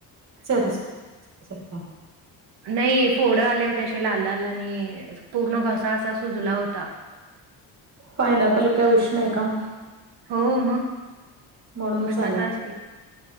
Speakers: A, on the right; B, on the right.
A: सरस.. स..
B: नाही.. फोड आल्या होत्या असे लाल लालनी पूर्ण घसा असा सुजला होता.
A: पायनॅपल काय उष्ण आहे का?
B: हो. मग,
A: म्हणूनच
B: उष्णता
A: आलंय
B: असते